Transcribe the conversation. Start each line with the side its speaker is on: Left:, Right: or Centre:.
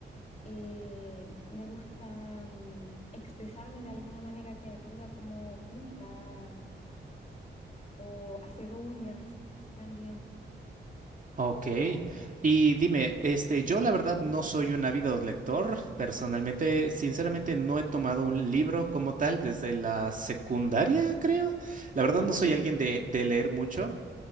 Left: eh, me gusta mm, expresarme de alguna manera creativa como pintar o hacer uñas también.
Right: Ok, y dime, este, yo la verdad no soy un ávido lector, personalmente, sinceramente no he tomado un libro como tal desde la secundaria, creo. La verdad
Left: Mm.
Right: no soy alguien de, de leer mucho,